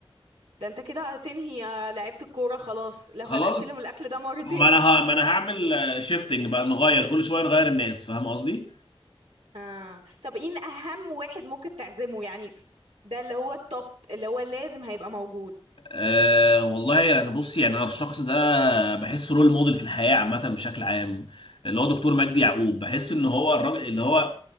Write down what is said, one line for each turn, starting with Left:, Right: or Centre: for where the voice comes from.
Right: ده انت كده هتنهي آه، لعيبة الكورة خلاص لو
Left: خلاص
Right: هتأكلهم الاكل ده مرتين
Left: ما انا ه... ما انا هعمل شيفتنج بقى نغير كل شويه نغير الناس فاهم قصدي
Right: آه. طب ايه اهم واحد ممكن تعزمه يعني ده اللي هو التوب اللي هو لازم هيبقى موجود
Left: أه والله انا يعني بص يعني انا الشخص ده بحس رول موديل في الحياه عامه بشكل عام اللي هو دكتور مجدي يعقوب بحس ان هو الراجل اللي هو